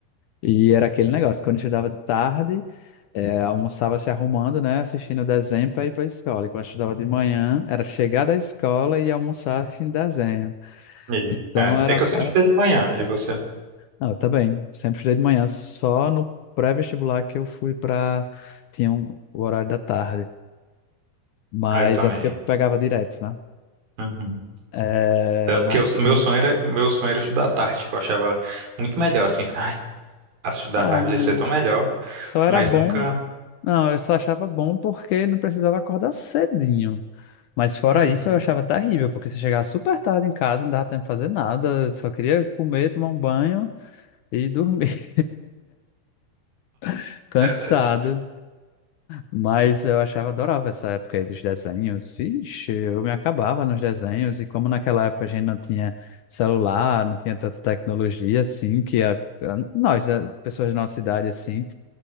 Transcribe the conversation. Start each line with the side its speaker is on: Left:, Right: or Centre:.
Left: E era aquele negócio, quando eu estudava de tarde, é, almoçava se arrumando, né? Assistindo o desenho para ir para a escola. E quando eu estudava de manhã, era chegar da escola e almoçar assistindo desenho.
Right: E-
Left: Então
Right: É,
Left: era,
Right: é que eu sempre
Left: era...
Right: fiz de manhã, e você?
Left: Não, eu também, sempre estudei de manhã, só no pré-vestibular que eu fui para... Tinha um- o horário da tarde. Mas
Right: Ah, eu também.
Left: é porque
Right: é.
Left: pegava direto, né?
Right: Uhum.
Left: É,
Right: Tanto
Left: mas
Right: que eu- meu
Left: sim.
Right: sonho era, meu sonho era estudar à tarde, que eu achava muito melhor, assim. <laughs> Ai, estudar
Left: Ai,
Right: à tarde
Left: não.
Right: ia ser tão melhor,
Left: Só era
Right: mas
Left: bom.
Right: nunca.
Left: Não, eu só achava bom porque não precisava acordar cedinho. Mas fora
Right: Uhum,
Left: isso, eu achava terrível, porque se chegava super tarde em casa, não dava tempo de fazer nada, só queria comer, tomar um banho e dormir, <laughs> cansado.
Right: verdade.
Left: Mas eu achava, adorava essa época aí dos desenhos. Ixi, eu me acabava nos desenhos, e como naquela época a gente não tinha celular, não tinha tanta tecnologia assim, que a- a- nós, a- pessoas da nossa idade assim,